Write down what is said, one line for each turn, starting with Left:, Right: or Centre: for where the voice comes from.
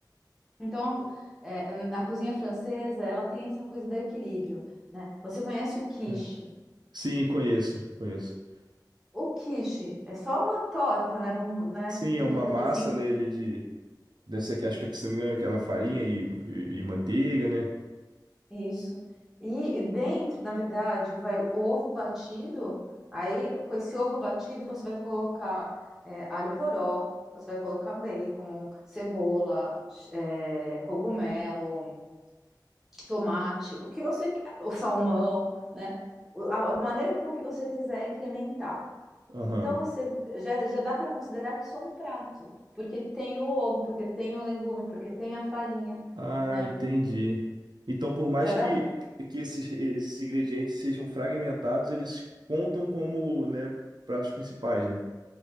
Centre: Então a, co- é, a cozinha francesa, ela tem essa coisa do equilíbrio, né? Você conhece o quiche?
Right: Certo. Sim, conheço, conheço.
Centre: O quiche é só uma torta, né? Vamos, né,
Right: Sim,
Centre: simplificando
Right: é uma massa,
Centre: assim,
Right: né, ele de Deve ser, que- acho que, se não me engano, é aquela farinha e, e, e manteiga, né?
Centre: Isso. E, e dentro, na verdade, vai o ovo batido. Aí, com esse ovo batido, você vai colocar é, alho poró, você vai colocar bacon, cebola, é, cogumelo, tomate, o que você, que- o salmão, né? O- A, a maneira com que você quiser incrementar.
Right: Aham.
Centre: Então, você já, já dá para considerar que isso é um prato, porque tem o ovo, porque tem o legume, porque tem a farinha,
Right: Ah,
Centre: né?
Right: entendi. Então, por mais
Centre: Já dá
Right: que, que esses, esses ingredientes sejam fragmentados, eles contam como, né, pratos principais, né?